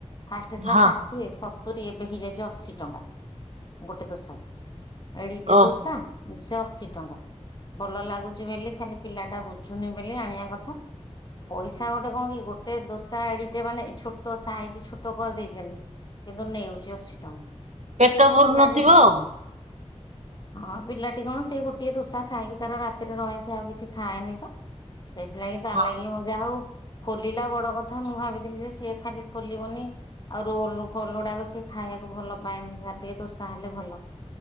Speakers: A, on the left; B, on the right.
A: ଫାଷ୍ଟ ଥିଲା
B: ହଁ
A: ଷା ଠିଏ ସତୁରି ଏବେ ହେଇଯାଇଛି ଅଶୀ ଟଙ୍କା ଗୋଟେ ଦୋଷାକୁ। ଏଡିଟେ
B: ଓହୋ
A: ଦୋସା କିନ୍ତୁ ସେ ଅଶୀ ଟଙ୍କା। ଭଲ ଲାଗୁଛି ବୋଲି ଖାଲି ପିଲାଟା ବୁଝୁନି ବୋଲି ଆଣିବା କଥା ପଇସା ଗ କଣ କି ଗୋଟେ ଦୋସା ଆଡିଟେ ମାନେ ଛୋଟ ସାଇଜ ଛୋଟ କରିଦେଇଛନ୍ତି। କିନ୍ତୁ ନେଉଛି ଅଶୀ ଟଙ୍କା
B: ପେଟ
A: କିନ୍ତୁ
B: ପୁରୁ
A: ପିଲାଟେ
B: ନଥିବ ଆଉ।
A: ହଁ ପିଲାଟି କଣ ସେଇ ଗୋଟିଏ ଦୋଷା ଖାଇକି ତାର ରାତିରେ ରହେ ସେ ଆଉ କିଛି ଖାଏନି ତ। ସେଇଥିଲାଗି ତାର
B: ହଁ
A: ଲାଗି ଯାହା ହଉ। ଖୋଲିଲା ବଡ କଥା ମୁଁ ଭାବିଥିଲି ଯେ ସିଏ ଖାଲି ଖୋଲିବନି। ଆଉ ରୋଲ ଫଲ ଗୁଡାକ ସିଏ ଖାଇବାକୁ ଭଲ ପାଏନି ଯା ଟିକେ ଦୋଷା ହେଲେ ଭଲ।